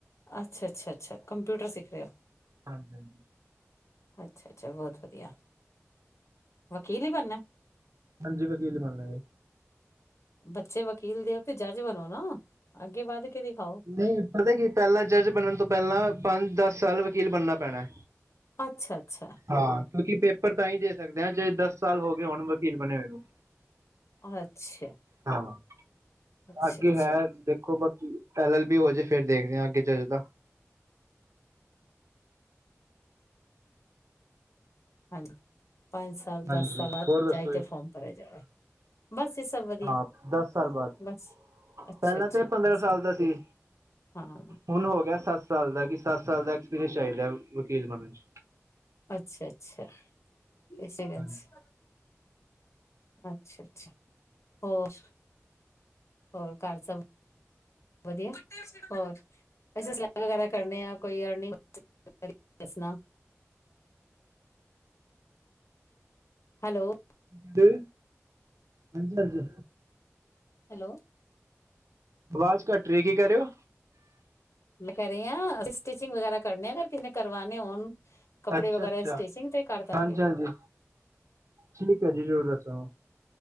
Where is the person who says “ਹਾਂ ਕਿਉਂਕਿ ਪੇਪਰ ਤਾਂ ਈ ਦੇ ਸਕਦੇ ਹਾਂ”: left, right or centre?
Right